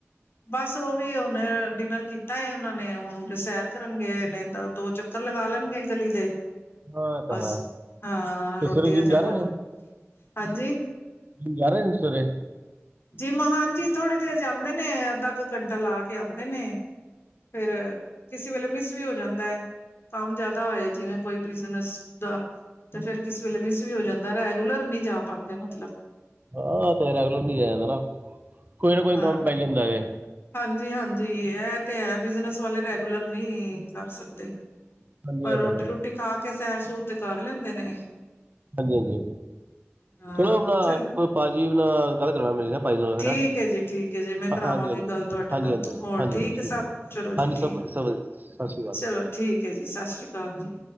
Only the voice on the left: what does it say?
ਬਸ ਉਹ ਵੀ ਹੁਣ ਡਿਨਰ ਕੀਤਾ ਉਹਨਾਂ ਨੇ ਹੁਣ ਸੈਰ ਕਰਨ ਗਏ ਨਹੀਂ ਤਾਂ ਦੋ ਚੱਕਰ ਲਗਾ ਲੈਣਗੇ ਗਲੀ ਦੇ
ਬੱਸ
ਹਾਂ
ਰੋਟੀ
ਹਜ਼ਮ
ਹੋਏ
ਹਾਂਜੀ
ਜੀ ਮਹਾਂਨ ਜੀ ਥੋੜੀ ਦੇਰ ਜਾਂਦੇ ਨੇ ਅੱਧਾ ਕੁ ਘੰਟਾ ਲਾ ਕੇ ਆਉਂਦੇ ਨੇ ਫਿਰ ਕਿਸੇ ਵੇਲੇ ਮਿਸ ਵੀ ਹੋ ਜਾਂਦਾ ਹੈ। ਕੰਮ ਜਿਆਦਾ ਹੋਇਆ ਜਿਵੇਂ ਕੋਈ ਬਿਜਨਸ ਦਾ ਤੇ ਫਿਰ ਕਿਸੇ ਵੇਲੇ ਮਿਸ ਵੀ ਹੋ ਜਾਂਦਾ ਰੈਗੂਲਰ ਨਹੀਂ ਜਾ ਪਾਉਂਦੇ ਮਤਲਬ
ਹਾਂ
ਹਾਂਜੀ ਹਾਂਜੀ ਇਹ ਤੇ ਹੈ ਬਿਜਨਸ ਵਾਲੇ ਰੈਗੂਲਰ ਨਹੀਂ ਕਰ ਸਕਦੇ
ਪਰ
ਰੋਟੀ
ਰੋਟੀ ਖਾ ਕੇ ਸੈਰ ਸੂਰ ਤੇ ਕਰ ਲੈਂਦੇ ਨੇ
ਹਾਂ
ਚੱਲ
ਠੀਕ
ਹੈ ਜੀ ਠੀਕ ਹੈ ਜੀ
ਮੈਂ ਕਰਾਵਾਂਗੀ
ਗੱਲ ਤੁਹਾਡੇ
ਨਾਲ
ਹੋਰ
ਠੀਕ ਸਭ ਚਲੋ
ਜੀ ਠੀਕ
ਹੈ
ਚਲੋ
ਠੀਕ ਹੈ ਜੀ ਸਤਿ ਸ੍ਰੀ ਅਕਾਲ ਜੀ